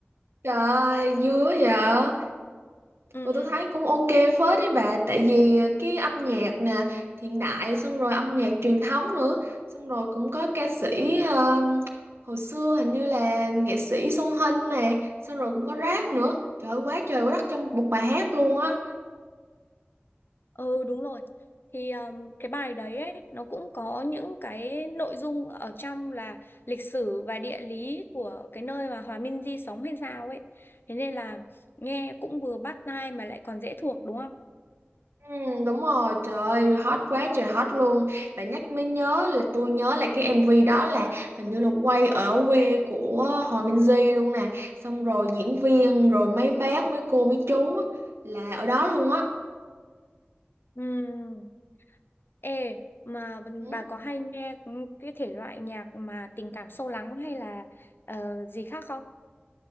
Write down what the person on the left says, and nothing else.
ừ,
ừ đúng rồi thì um, cái bài đấy ấy nó cũng có những cái nội dung ở trong là lịch sử và địa lý của cái nơi mà Hòa Minzy sống hay sao ấy thế nên là nghe cũng vừa bắt tai mà lại còn dễ thuộc đúng không
ừ Ê, mà b-
bà có hay nghe cái thể loại nhạc mà tình cảm sâu lắng hay là ờ, gì khác không?